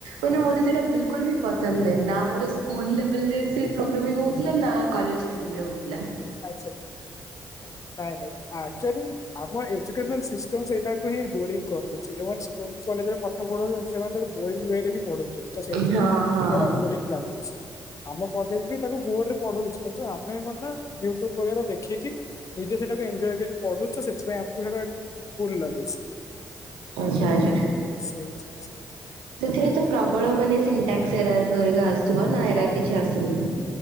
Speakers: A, on the right (about 80°); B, on the left (about 40°).
A: ମାନେ ମତେ ସେଟା ବିଲିକୁଲ୍ ବି ପସନ୍ଦ ନାହିଁ ମୋର ସ୍କୁଲ ଲେବୁଲରେ ସେ ପ୍ରୋଗ୍ରାମି ହୋଉଥିଲା ନାଁ କଲେଜ୍ ଲେବୁଲୁରେ ହୋଉଥିଲା।
B: ଆଛା ଆଛା ନାଇଁ ନାଇଁ ଆକଚୁଆଲି ଆମ ଏଜୁକେସନ ସିଷ୍ଟମ୍ ସେଇଟା କୁ ହିଁ ବୋରିଂ କରିଦେଇଛି ଯୋଉମାନେ ସ୍କୁଲ କଲେଜରେ ପାଠ ପଢାଉଛନ୍ତି ସେମାନେ ତାଙ୍କୁ ବୋରିଙ୍ଗ ୱରେ ହିଁ ପଢୋଉଛନ୍ତି। ତ ସେଇଥି
A: ହଁ
B: ପାଇଁ
A: ହଁ
B: ସେଟା ବୋରିଂ ଲାଗୁଛି। ଆମ କଲେଜ ବି ତାକୁ ବୋରରେ ପଢୋଉଛି କିନ୍ତୁ ଆମେ କଣ ନାଁ ଦେଖିକି ନିଜେ ସେଟାକୁ ଏନଜୟ କରି ପଢୁଛୁ ସେଥିପାଇଁ ଆମକୁ ସେଟା କୁଲ୍ ଲାଗୁଛି।
A: ଆଚ୍ଛା
B: ତ
A: ଆଚ୍ଛା।
B: ସେଇ ହଉଛି ଜିନିଷ।
A: ସେଥିରେ ତ ପ୍ରବଳ ମାନେ ସିଣ୍ଟାକ୍ସ ଏରା କରିକା ଆସୁଥିବ ନା ଏରା
B: ହଁ ହଁ
A: କିଛି
B: ହଁ
A: ଆସୁନି।